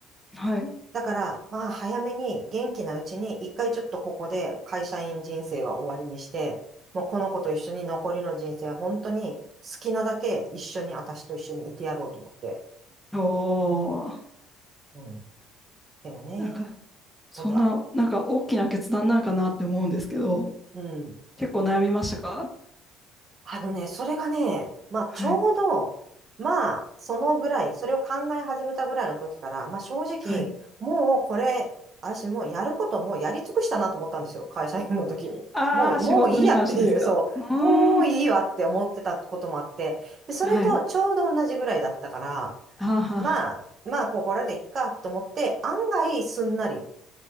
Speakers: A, in the centre; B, on the right (about 40°).
A: はい。
B: だから、まあ、早めに元気なうちに、一回ちょっとここで会社員人生は終わりにして、もうこの子と一緒に残りの人生は本当に好きなだけ一緒に、私と一緒にいてやろうと思って。
A: おー
B: うん。でもね、
A: なんか、そんな、
B: 本当は、
A: なんか大きな決断なんかなって思うんですけど、
B: うん。
A: 結構悩みましたか
B: あのね、それがね、まあ、
A: はい。
B: ちょうど、まあ、そのぐらい、それを考え始めたぐらいの時から、まあ、正直、
A: はい。
B: もうこれ、私もうやることもうやり尽くしたなと思ったんですよ。会社員の時に。
A: ああ、
B: もう、もういいやっていう、
A: 仕事に関してですかうーん。
B: そう、もういいわって思ってたこともあって、で、それとちょうど同じぐらいだったから、
A: はい。はあはあ。
B: まあ、まあ、ここらでいっかと思って、案外すんなり、